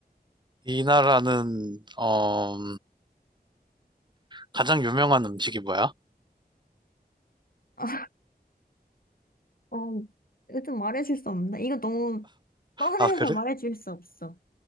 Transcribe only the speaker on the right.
이 나라는 어 가장 유명한 음식이 뭐야?
아 그래?